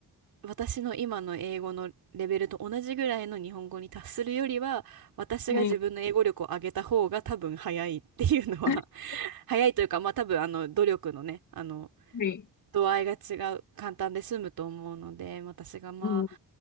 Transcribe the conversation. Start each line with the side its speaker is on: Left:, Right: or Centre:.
Right: 私の今の英語のレベルと同じぐらいの日本語に達するよりは、私が自分の英語力を上げた方が多分早いっていうのは
Left: はい。<laughs>
Right: <laughs> 早いというか、まあ多分あの努力のね、あの
Left: はい。
Right: 度合いが違う、簡単で済むと思うので、私がまあ
Left: うん。